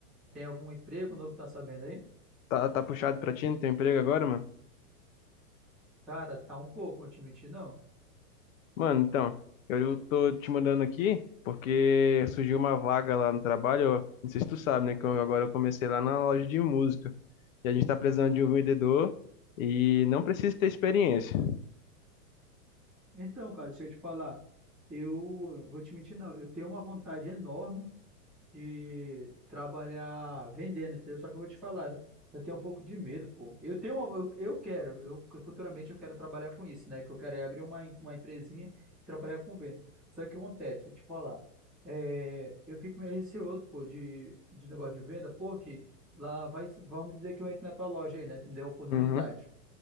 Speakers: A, in the centre; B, on the left.
A: Tem algum emprego novo que tá sabendo aí?
B: Tá, tá puxado pra ti no teu emprego agora, mano?
A: Cara, tá um pouco, vou te mentir, não.
B: Mano, então, eu tô te mandando aqui porque surgiu uma vaga lá no trabalho, eu- não sei se tu sabe, né, que eu, agora eu comecei lá na loja de música. E a gente tá precisando de um vendedor e não precisa ter experiência.
A: Então, cara, deixa eu te falar. Eu vou te mentir, não. Eu tenho uma vontade enorme de trabalhar vendendo, entendeu? Só que eu vou te falar, eu tenho um pouco de medo, pô. Eu tenho uma, eu, eu quero, eu futuramente eu quero trabalhar com isso, né? Que eu quero é abrir uma, uma empresinha e trabalhar com venda. Só que o que acontece, vou te falar, é, eu fico meio receoso, pô, de, de negócio de venda, porque lá vai, vamos dizer que eu entro na tua loja aí, né? Tu me deu a oportunidade.
B: Uhum.